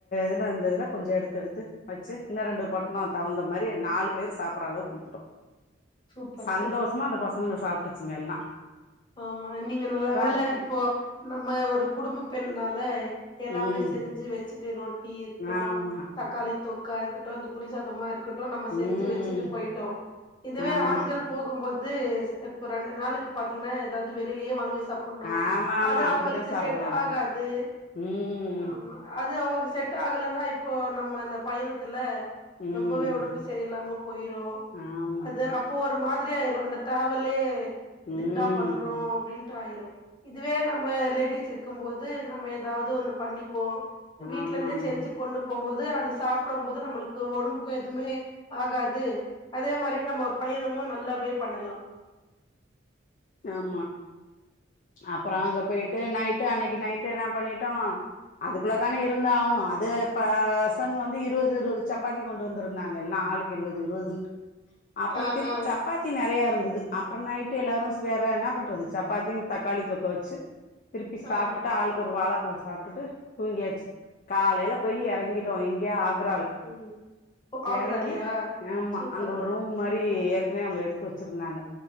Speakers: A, on the left; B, on the left.
A: இதுல வந்து தா கொஞ்சோ எடுத்தெடுத்து வச்சு இன்னோ ரெண்டு பொட்ணோ தகுந்த மாரி நாலு பேர் சாப்ட்ற அளவுக்கு குடுத்துட்டோ
B: சூப்பர்,
A: சந்தோஷமா
B: சூப்பர்.
A: அந்த பச ங்க சாப்டுச்சுங்க எல்லா
B: ஆமா நீங்க நல்ல
A: சா
B: வேல இப்போ நம்ம ஒரு குடும்ப பெண்னால எல்லாமே
A: ம்
B: செஞ்சு வெச் சிட்டி ரோட் தீ இருக்கட்டோ
A: ஆமா
B: தக்காளி தொக் கா இருக்கட்டு அந்த புளி சாதமா இருக் கட்டு நம்ம செஞ்சு
A: ம்
B: வெச்சுட்டு போயிட்டோ இதுவே
A: ஆமா
B: ஆண்கள் போகும்போது து இப்ப ரெண்டு நாளுக்கு பாத் தீங்னா எதாவது வெளியிலேயே வாங்கி சப்புனு
A: ஆமா ஆமா
B: அது
A: அப்டிதா
B: அவுங்களுக்கு
A: சாப்டுவாங்க
B: செட் ஆகாது
A: ம்
B: ஆமா அது அவங்களு இது செட் ஆகலென்னா இப்போ நம்ம அந்த பயணத்துல
A: ம்
B: ரொம்பவே ஒடம்பு சரியில்லாம போயிரு
A: ஆமா
B: அது அப்போ ஒரு மா திரி ஆயிரு அந்த ட்ராவலே எதுக்குடா
A: ம்
B: பண்றோ அப்டின் ட்டாயிரு இதுவே நம்ம லேடிஸ் இருக்கும் போது நம்ம எதாவது ஒண்ணு பண்ணிப்போ
A: ஆமா
B: வீட்லெருந்தே
A: ஆமா
B: செஞ்சு கொண்டு போம்போது அது சாப்படும் போது நம்மளுக்கு ஒடம்புக்கு எதுமே ஆகாது அதே மாரி நம்ம பயணமு நல்லாவே பண்ணலா
A: ஆமா அப்பறோ அங்க போய்ட்டு நைட்டு அன்னைக்கு நைட்டு நா பண்ணிட்டோ அதுக்குள்ள தானே இருந்தாவனு அது ப பசங்க வந்து இருவது இருவது சப்பாத்தி கொண்டு வந்திருந்தாங்க எல்லா ஆளுக்கு இருவது இருவதுன்ட்டு அப்பறொ
B: ஆ
A: திருப்பி
B: ஆ
A: சப்பாத்தி நெறைய இருந்துது அப்றொ நைட்டு எல்லாரு ஸ் வேற என்னா பண்றது சப்பாத்தி தக்காளி தொக்க வச்சு திருப்பி சாப்டுட்டு
B: ஆ
A: ஆளுக்கொரு வாழப் ஃபுல்லா சாப்டுட்டு தூங்கியாச்சு காலைல போய் எறங்கிட்டோ இங்கே ஆக் விறால
B: ம் ஓ, ஆக்ராலயா
A: எறங்கி ஆமா
B: சூப்பர்
A: அங்க ஒரு ரூம் மார் ரி ஏற்கனவே அவுங்க எடுத்து வச்சிருந்தாங்க